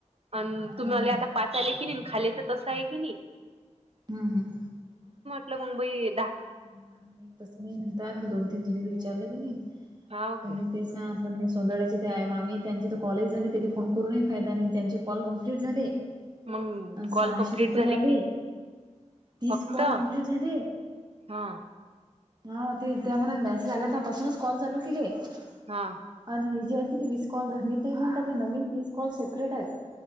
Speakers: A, on the right; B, on the right.
A: अ
B: हा
A: तुम्हाला
B: ना
A: आता पाच आले की नाही खालेचं तसं आहे की नाही
B: हम्म हम्म
A: आपल्या मुंबई
B: ह नाही कसं नाही म्हणत मी दोन तीन जणी विचारलं की नाही
A: हाव
B: पण
A: काय
B: तेच्या आपलं सोंदड्याचे ते आहे मामी त्यांचे तर कॉल झाले त्या फोन करूनही फायदा नाही त्यांचे कॉल कम्प्लीट झाले
A: मग
B: अ
A: कॉल
B: सहाशे
A: कम्प्लीट
B: रुपये
A: झाले
B: आले
A: की
B: तीस
A: फक्त
B: कॉल कम्प्लीट झाली
A: हा
B: हा ते त्या म्ह मेसेज आल्या पासूनच कॉल चालू केले हे
A: हा
B: जे आहे कि वीस कॉल धरणी ते म्हणतात हे नवीन वीस कॉल सेपरेट आहेत